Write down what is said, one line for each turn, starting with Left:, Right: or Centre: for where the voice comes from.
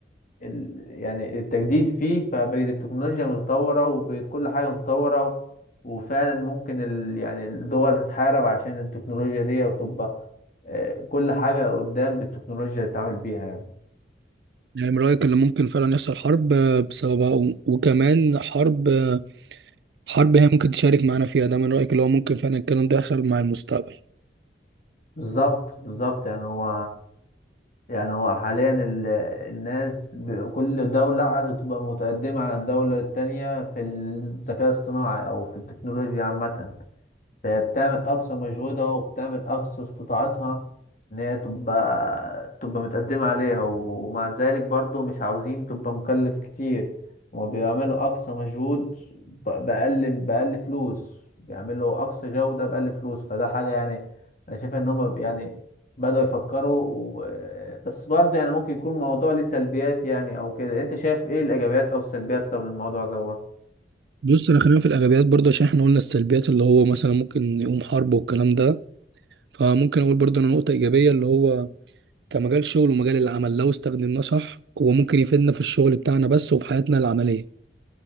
Left: ال يعني التجديد فيه فبقت التكنولوجيا متطورة وبقت كل حاجة متطورة وفعلا ممكن ال يعني الدول تتحارب عشان التكنولوجيا دي وتبقى آه، كل حاجة قدام بالتكنولوجيا اللي تتعامل بيها يعني
Right: يعني من رأيك اللي ممكن فعلا يحصل حرب آه، بسببها و- وكمان حرب آه، حرب هي ممكن تشارك معانا فيها ده من رأيك اللي هو ممكن فعلا الكلام ده يحصل مع المستقبل
Left: بالظبط بالظبط يعني هو يعني هو حاليا ال- الناس ب- كل دولة عايزة تبقى متقدمة عن الدولة التانية في الذكاء الاصطناعي أو في التكنولوجيا عامة فبتعمل اقصى مجهودها وبتعمل اقصى استطاعتها ان هي تبقى تبقى متقدمة عليها ومع ذلك برضو مش عاوزين تبقى مكلف كتير هما بيعملوا اقصى مجهود ب- بأقل بأقل فلوس بيعملوا اقصى جودة بأقل فلوس فده حاجة يعني انا شايف ان هما ب- يعني بدأوا يفكروا و... بس برضه يعني ممكن يكون الموضوع ليه سلبيات يعني او كده انت شايف ايه الايجابيات او السلبيات طب الموضوع ده
Right: بص انا خلينا في الايجابيات برضه عشان احنا قلنا السلبيات اللي هو مثلا ممكن يقوم حرب والكلام ده فممكن اقول برضه انا نقطة ايجابية اللي هو كمجال شغل ومجال العمل لو استخدمناه صح هو ممكن يفيدنا في الشغل بتاعنا بس وفي حياتنا العملية